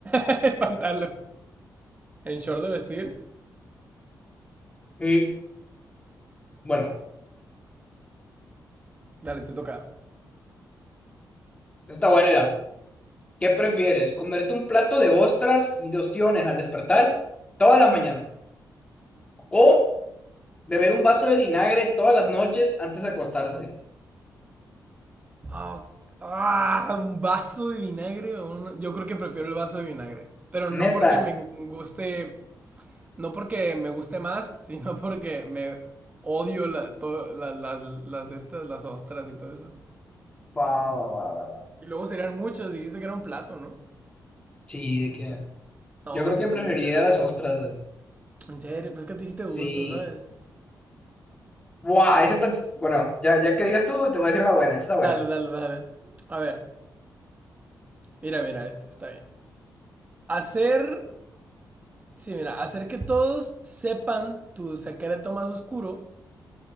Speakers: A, on the right; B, on the left.
A: <laughs> pantalón. En short de vestir,
B: Y bueno,
A: dale, te toca.
B: está bueno ir. ¿Qué prefieres? ¿Comerte un plato de ostras, de ostiones al despertar todas las mañanas? ¿O beber un vaso de vinagre todas las noches antes de acostarte?
A: Oh, ah, un vaso de vinagre o un... Yo creo que prefiero el vaso de vinagre. Pero
B: Neta.
A: no porque me guste No porque me guste más, sino porque me odio la, to- la- las, las de estas, las ostras y todo eso.
B: Va, va, va, va, va.
A: Y luego serían muchas, dijiste que era un plato, ¿no?
B: Sí, de que.
A: No,
B: Yo creo
A: sí
B: que
A: son
B: preferiría
A: muchas.
B: las ostras, güey.
A: En serio, pues que a ti sí te gustan,
B: Sí.
A: ¿sabes?
B: Buah, esta está. ch- Bueno, ya, ya que digas tú, te voy a decir una buena. Esta está buena.
A: Dale, dale, dale. A ver, mira, mira, este está bien. Hacer, sí, mira, hacer que todos sepan tu secreto más oscuro